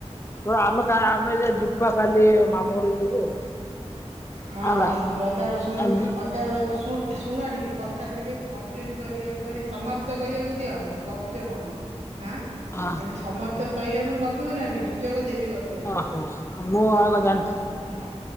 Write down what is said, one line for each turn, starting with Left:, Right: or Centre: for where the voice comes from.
Left: ତ ଆମେ କା ଆମେ ଯିବୁ ପା କାଲି ମାମୁଁ ଘରକୁ ଯିବୁ।
Right: ହଁ
Left: ହେଲା।
Right: ଆସିବ ଅଦା ରସୁଣ
Left: ଆଜି
Right: ଅଦା ର ସୁଣ ଆ ଶୁଣ ଟିକେ କଥା ଟା ଟିକେ କମ୍ପ୍ଲିଟ୍ କରିବାକୁ ମାନେ ସମାପ୍ତ କରିବାକୁ ଦିଅ ଗପୁଛ କଣ ହାଁ
Left: ହଁ
Right: ଆଜି ସମାପ୍ତ
Left: ହଁ
Right: ସରିଲେ ପୁଣି ଗ ପିବ ନା ନାଇଁ ସୁଯୋଗ ଦେବି ଗ
Left: ଓହୋ ଆଉ ମୁଁ ଆଉ କ ଜାଣିଛି।
Right: ହ